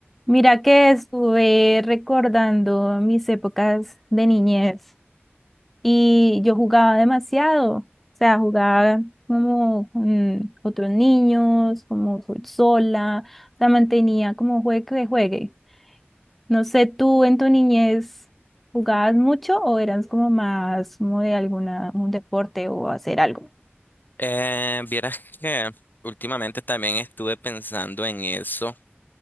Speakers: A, in the centre; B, on the left (about 45°).
A: Mira que estuve recordando mis épocas de niñez y yo jugaba demasiado, o sea, jugaba como con otros niños, como sol- sola, o sea, mantenía como juegue que juegue. No sé, ¿tú en tu niñez jugabas mucho o eras como más como de alguna, un deporte o hacer algo?
B: Eh, vieras que últimamente también estuve pensando en eso